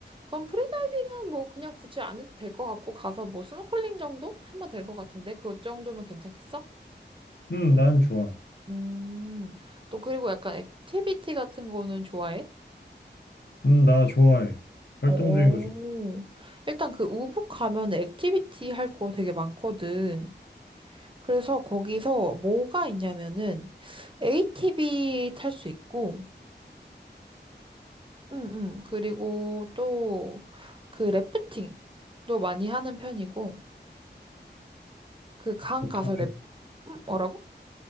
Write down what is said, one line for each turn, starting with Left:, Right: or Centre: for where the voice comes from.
Right: 그럼 프리다이빙은 뭐 그냥 굳이 안 해도 될 것 같고 가서 뭐 스노클링 정도 하면 될 것 같은데 그 정도면 괜찮겠어?
Left: 음, 난 좋아.
Right: 음, 또 그리고 약간 액티비티 같은 거는 좋아해?
Left: 음, 나 좋아해. 활동적인
Right: 오,
Left: 거 좋고,
Right: 일단 그 우붓 가면 액티비티 할 거 되게 많거든. 그래서 거기서 뭐가 있냐면은 ATV 탈 수 있고, 음, 음, 그리고 또 그 래프팅도 많이 하는 편이고, 그 강 가서
Left: 좋다.
Right: 래, 프 뭐라고?